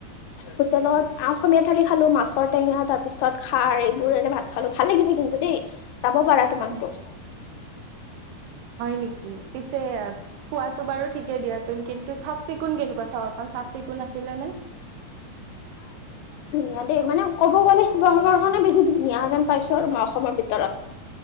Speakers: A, on the left; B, on the right.
A: হোটেলত আ অসমীয়া থালি খালো, মাছৰ টেঙা তাৰ পিছত খাৰ এইবোৰেৰে ভাত খালো, ভাল লাগিছে কিন্তু দেই। যাব পাৰা তোমালোকেও।
B: উম হয় নেকি? পিছে, খোৱাটো বাৰু ঠিকে দিয়াচোন কিন্তু চাফ চিকুণ কেনেকুৱা চহৰখন চাফ চিকুণ আছিলে নে?
A: সিহঁতে মানে ক'ব গ'লে শিৱসাগৰখনে বেছি ধুনীয়া যেন পাইছো আৰু মই অসমৰ ভিতৰত।